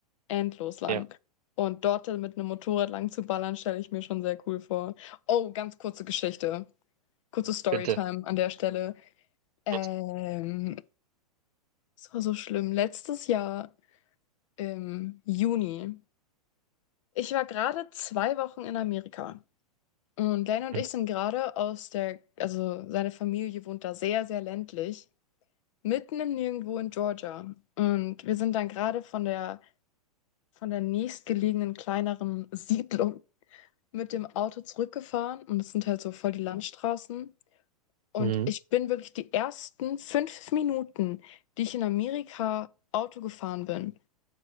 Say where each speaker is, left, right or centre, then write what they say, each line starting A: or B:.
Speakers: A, on the left; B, on the right.
A: endlos lang.
B: ja,
A: Und dort dann mit einem Motorrad lang zu ballern, stelle ich mir schon sehr cool vor. Oh, ganz kurze Geschichte. Kurze Storytime
B: bitte.
A: an der Stelle. Ähm,
B: Bitte.
A: es war so schlimm. Letztes Jahr im Juni. Ich war gerade zwei Wochen in Amerika. Und Lane und
B: Mhm.
A: ich sind gerade aus der, also seine Familie wohnt da sehr, sehr ländlich, mitten im Nirgendwo in Georgia. Und wir sind dann gerade von der, von der nächstgelegenen kleineren Siedlung mit dem Auto zurückgefahren und das sind halt so voll die Landstraßen. Und
B: Mhm.
A: ich bin wirklich die ersten fünf Minuten, die ich in Amerika Auto gefahren bin,